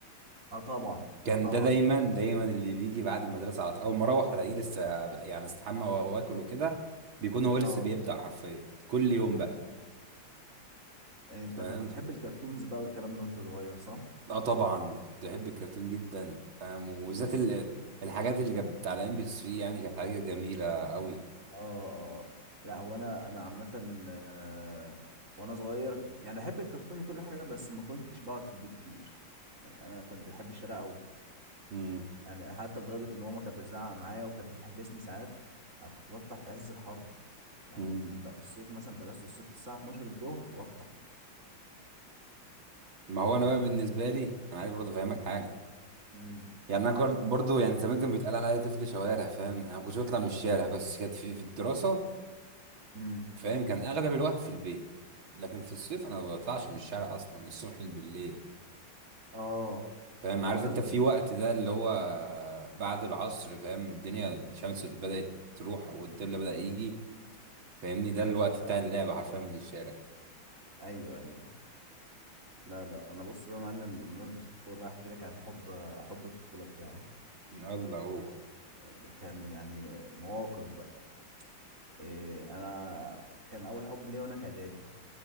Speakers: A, on the right; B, on the right.
A: اه طبعا
B: كان
A: اه طبعا
B: ده دايما دايما اللي بيجي بعد المدرسه على طول اول ما اروح الاقيه لسه يعني استحمى واكل وكده بيكون هو
A: اه
B: لسه بيبدأ حرفيا كل يوم بقى
A: انت
B: فاهم
A: كنت بتحب الكرتونز بقى والكلام ده وانت صغير صح
B: اه طبعا كنت بحب الكرتون جدا فاهم وبالذات
A: بص
B: ال- الحاجات اللي كانت بتاع الام بي 3 يعني كانت حاجات جميله قوي
A: اه اه لا هو انا انا عامه آه، وانا صغير يعني بحب الكرتون وكل حاجه بس ما كنتش بقعد في البيت كتير يعني انا كنت بحب الشارع قوي
B: امم
A: يعني حتى لدرجة إن ماما كانت بتزعق معايا وكانت بتحبسني ساعات أنا كنت بطلع في عز الحر يعني
B: امم
A: في بقى في الصيف مثلا في أجازة الصيف الساعة 12 الظهر وأطلع
B: ما هو انا بقى
A: أنا
B: بالنسبه
A: كنت
B: لي انا عايز برضه افهمك حاجه
A: مم.
B: يعني انا كنت برضه يعني زمان كان بيتقال عليا طفل شوارع فاهم انا ما كنتش بطلع من الشارع بس كانت في, في الدراسه
A: مم.
B: فاهم كان اغلب الوقت في البيت لكن في الصيف انا ما بطلعش من الشارع اصلا من الصبح بالليل
A: آه
B: فاهم
A: طب بمناسبة
B: عارف انت في وقت ده اللي هو بعد العصر فاهم الدنيا الشمس بدأت تروح والظل بدأ يجي فاهمني ده الوقت بتاع
A: آه.
B: اللعب حرفيا في الشارع
A: أيوه أيوه لا لا أنا بص بقى يا معلم بمناسبة الطفولة بقى أحكي لك عن حب حب الطفولة بتاعي
B: يلا هو
A: ده كان يعني مواقف بقى إيه أنا كان أول حب ليا وأنا في إعدادي